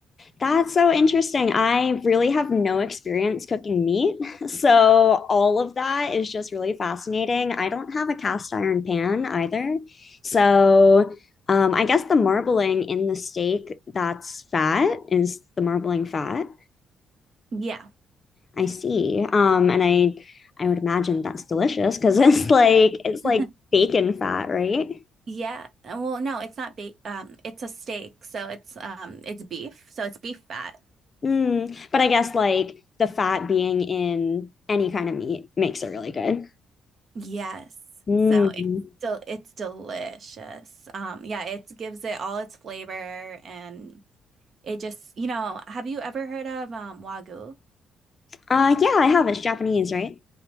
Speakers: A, on the left; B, on the right.
A: That's so interesting. I really have no experience cooking meat. <laughs> So, all of that is just really fascinating. I don't have a cast iron pan either. So, um, I guess the marbling in the steak that's fat is the marbling fat.
B: Yeah.
A: I see. Um, and I I would imagine that's delicious because it's <laughs> like it's like
B: <laughs>
A: bacon fat, right?
B: Yeah. Well, no, it's not ba um it's a steak, so it's um it's beef, so it's beef fat.
A: Mm. But I guess like the fat being in any kind of meat makes it really good.
B: Yes.
A: Mm.
B: So it's del it's delicious. Um yeah, it gives it all its flavor and It just, you know, have you ever heard of um, Wagyu?
A: Uh, yeah, I have. It's Japanese, right?